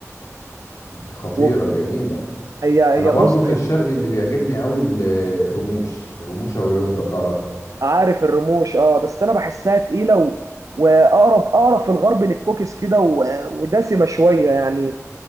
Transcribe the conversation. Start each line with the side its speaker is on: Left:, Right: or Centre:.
Left: خطيره
Right: وب-
Left: جميله
Right: هي هي
Left: انا برضو
Right: بص
Left: في الشرق اللي بيعجبني قوي ال- الرموش الرموش او العيون لو تعرفها
Right: عارف الرموش آه بس أنا بحسها تقيلة و... وأقرب أقرب في الغرب للكوكيز كده و... ودسمة شوية يعني